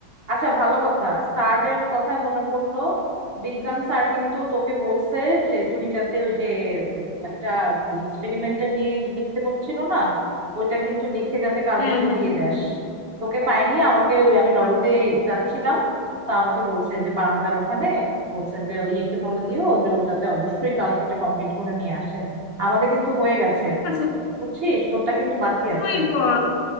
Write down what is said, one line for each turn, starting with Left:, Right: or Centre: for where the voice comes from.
Right: আচ্ছা ভালো কথা স্যারের কথায় মনে পড়লো বিজ্ঞান স্যার কিন্তু তোকে বলছে যে তুই যাতে ওই যে একটা এক্সপেরিমেন্টটা নিয়ে লিখতে বলছিল না ওইটা কিন্তু লিখে যাতে কালকে
Left: হ্যাঁ
Right: তুই
Left: হ্যাঁ
Right: দিয়ে দেস তোকে পাইনি আমাকে ওই- আমি লবিতে
Left: হ্যাঁ।
Right: যাচ্ছিলাম তা আমাকে বলছে যে বারান্দার ওখানে বলছে যে ওই একে বলে দিও যে ও যাতে অবশ্যই কালকে এটা কমপ্লিট করে নিয়ে আসে আমাদের কিন্তু হয়ে গেছে
Left: আচ্ছা
Right: বুঝছিস তোরটা কিন্তু বাকি আছে
Left: তুই বল